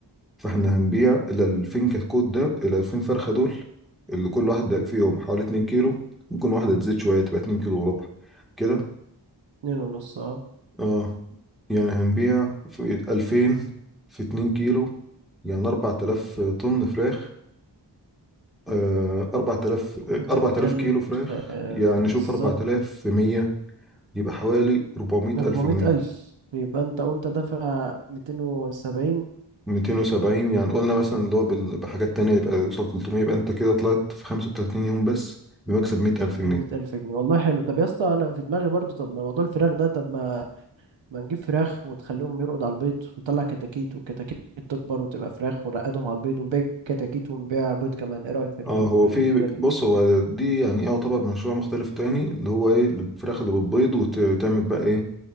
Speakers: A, in the centre; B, on the right.
A: فاحنا هنبيع ال 2000 كتكوت ده ال 2000 فرخة دول اللي كل واحد ده في يوم حوالي 2 كيلو ممكن واحدة تزيد شوية تبقى 2 كيلو وربع كده
B: اتنين ونص اه
A: اه يعني هنبيع في 2000 في 2 كيلو يعني 4000 طن فراخ آه 4000
B: انت
A: آه،
B: بتتكلم
A: 4000 كيلو فراخ
B: في آه،
A: يعني
B: بالظبط
A: شوف 4100 يبقى حوالي 400
B: 400
A: ألف جنيه
B: ألف يبقى انت وانت دافع 270
A: 270 يعني قلنا مثلا اللي هو بال- بحاجات تانية يبقى يوصل 300 يبقى أنت كده طلعت في 35 يوم بس بمكسب 100 ألف
B: ب
A: جنيه
B: 100 ألف جنيه والله حلو طب يا اسطى انا في دماغي برضو طب ما موضوع الفراخ ده طب ما ما نجيب فراخ وتخليهم يرقدوا على البيض وتطلع كتاكيت والكتاكيت تكبر وتبقى فراخ ونرقدهم على البيض ونبيع كتاكيت ونبيع بيض كمان ايه رأيك في ال-
A: اه هو
B: في الفكرة
A: في
B: دي
A: بص هو دي يعني ايه يعتبر مشروع مختلف تاني اللي هو ايه الفراخ اللي بتبيض وتعمل بقى ايه